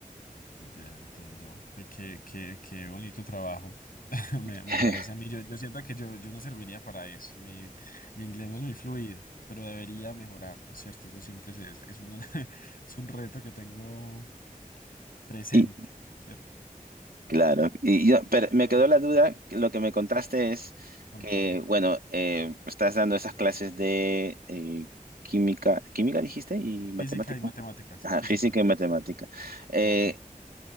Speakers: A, on the left; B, on the right.
A: Ya entiendo. Qué, qué, qué qué bonito trabajo. <laughs> Me, me
B: <laughs>
A: parece a mí, yo, yo siento que yo, yo no serviría para eso. Mi, mi inglés no es muy fluido, pero debería mejorarlo, ¿cierto? Eso siempre es, es, es un, <laughs> es un reto que tengo presente,
B: Y,
A: ¿cierto?
B: Claro, y yo, pero me
A: Ajá.
B: quedó la duda, que lo que me contaste
A: Sí,
B: es
A: contame.
B: que, bueno, eh, estás dando esas clases de eh, química, química dijiste, y matemática,
A: Física y matemáticas.
B: ajá,
A: Física
B: física
A: y matemáticas.
B: y matemática. Eh,
A: Ajá.